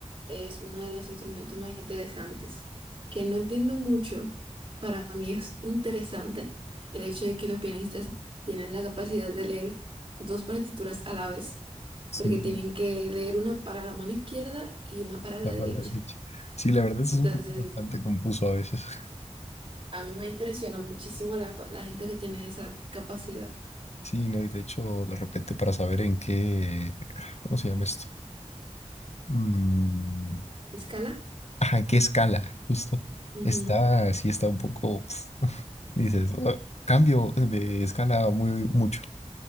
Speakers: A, on the right; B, on the left.
A: es uno de los instrumentos más interesantes, que no entiendo mucho, para mí es interesante el hecho de que los pianistas tienen la capacidad de leer dos partituras a la vez,
B: Sí,
A: porque tienen que leer una para la mano izquierda y una para la
B: la
A: derecha.
B: palabra derecha. Sí, la verdad es
A: Entonces,
B: un poco bastante confuso a veces. <laughs>
A: a mí me impresiona muchísimo la, la gente que tiene esa capacidad.
B: Sí, no, y de hecho, de repente para saber en qué, ¿cómo se llama esto? Mm,
A: escala
B: ajá, en qué escala, justo.
A: Ujú,
B: Está, sí está un poco, <laughs> pf, dices, "Ah, cambio de escala muy mucho.